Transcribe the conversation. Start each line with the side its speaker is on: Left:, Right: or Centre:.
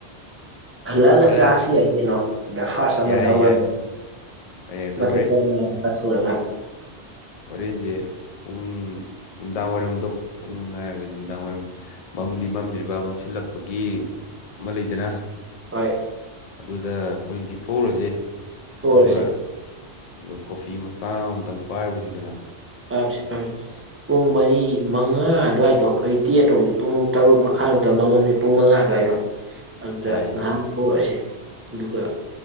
Right: ꯍꯜꯂꯛꯑꯒ
Left: ꯐꯔꯦ
Right: ꯆꯥꯔꯁꯨ ꯌꯥꯏ ꯀꯩꯅꯣ ꯕ꯭ꯔꯦꯛꯐꯥꯁ ꯑꯃ
Left: ꯌꯥꯏ
Right: ꯂꯧꯔꯗ
Left: ꯌꯥꯏ ꯐꯩ ꯑꯗꯣ
Right: ꯃꯊꯛꯇ ꯅꯨꯡꯉꯥꯏꯅ ꯀꯥꯊꯣꯛꯎꯔꯒ
Left: ꯍꯣꯔꯦꯟꯖꯦ ꯄꯨꯡ ꯅꯨꯡꯗꯥꯡ ꯋꯥꯏꯔꯝꯗꯣ ꯄꯨꯡ ꯍꯥꯏꯔꯒꯗꯤ ꯅꯨꯡꯗꯥꯡ ꯋꯥꯏꯔꯝ ꯃꯝꯗꯤ ꯃꯝꯗ꯭ꯔꯤꯕ ꯃꯝꯁꯤꯜꯂꯛ ꯄꯒꯤ ꯑꯃ ꯂꯩꯗꯅ
Right: ꯍꯣꯏ
Left: ꯑꯗꯨ ꯍꯧꯖꯤꯛ ꯊꯣꯛꯎꯔꯁꯦ
Right: ꯊꯣꯛꯎꯔꯁꯤ
Left: ꯑꯗꯨꯒ ꯑꯗꯨꯒ ꯀꯣꯐꯤ ꯃꯆꯥ ꯑꯝꯇꯪ ꯄꯥꯏꯔꯨꯁꯤ ꯗꯅ
Right: ꯄꯥꯏꯁꯤ ꯄꯥꯏꯁꯤ ꯄꯨꯡ ꯃꯔꯤ ꯃꯉꯥ ꯑꯗꯨꯋꯥꯏꯗꯣ ꯍꯧꯖꯤꯛꯇꯤ ꯑꯗꯨꯝ ꯄꯨꯡ ꯇꯔꯨꯛ ꯃꯈꯥꯏꯃꯨꯛꯇ ꯃꯃꯝꯃꯦ ꯄꯨꯡ ꯃꯉꯥ ꯑꯗꯨꯋꯥꯏꯗꯣ ꯑꯗꯨꯗ
Left: ꯌꯥꯏ
Right: ꯉꯍꯥꯛ ꯊꯣꯛꯎꯔꯁꯦ ꯑꯗꯨꯒ